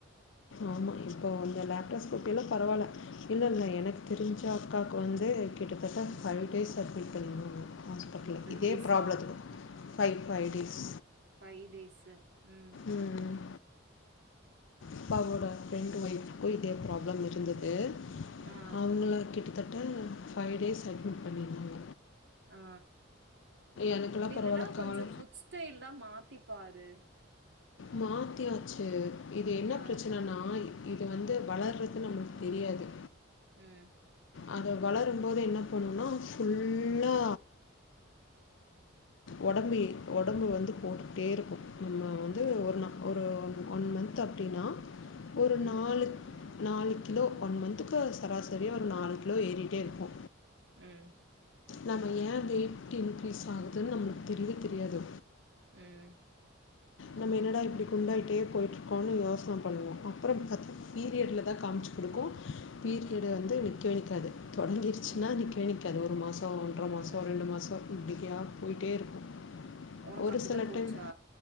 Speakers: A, on the left (about 65°); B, on the right (about 60°).
A: ஆமா இப்போ அந்த லேப்டாப் கூப்டில பரவால்ல இல்லெல்ல எனக்கு தெரிஞ்ச அக்காவுக்கு வந்து கிட்டத்தட்ட
B: ம்.
A: ஃபைவ் டேஸ் அட்மிட் பண்ணி இருந்தோ ஹாஸ்பிட்டல்ல இதே
B: டேஸா?
A: ப்ராப்ளத்துக்கு five five days
B: five days ம்
A: ம் ம் இப்போ அவுங்களோட ஃப்ரெண்ட் ஒய்ஃபுக்கு இதே ப்ராப்ளம் இருந்துது
B: ஆ.
A: அவுங்கள கிட்டத்தட்ட ஃபைவ் டேஸ் அட்மிட் பண்ணியிருந்தாங்க
B: ஆ
A: எனக்கெல்லாம்
B: நீ
A: பரவாயில்ல
B: இல்லனா கொஞ்சோ
A: கால்
B: ஃபுட் ஸ்டைல்லா மாத்திப்பாரு
A: மாத்தியாச்சு இது என்ன
B: ஆ.
A: ப்ரச்சுனனா இது வந்து வளர்றது நம்மளுக்கு தெரியாது
B: ம்
A: அத வளரும் போதே என்ன பண்ணுனா ஃபுல்லா ஒடம்பி ஒடம்பு வந்து போட்டுட்டே இருக்கு நம்ம ந்து
B: ம்.
A: ஒரு நா ஒரு ஒன் மன்த் அப்டின்னா ஒரு
B: ம்.
A: நாலு நாலு கிலோ ஒன் மன்த்துக்கு சராசரியா ஒரு நாலு கிலோ ஏறிட்டே இருப்போ
B: ம்
A: நம்ம ஏ வெயிட் இன்க்ரீஸ் ஆகுதுன்னு நம்ளுக்கு தெரிவே தெரியாது
B: ம்
A: நம்ம என்னடா இப்டி குண்டாயிட்டே போய்ட்ருக்கோன் யோசன பண்ணுவோ அப்பறோ பாத்தா பீரியட்ல தா காம்ச்சு குடுக்கு பீரியடு வந்து நிக்கவே நிக்காது தொடங்கிருச்சின்னா
B: ம்
A: நிக்கவே நிக்காது ஒரு மாசோ ஒன்ற
B: ம்
A: மாசோ
B: ம்
A: ரெண்டு மாசோ இப்டிக்கா போய்ட்டேருக்கு
B: உனக்கு
A: ஒரு
B: அப்டிதா
A: சில
B: போச்சா
A: டைம்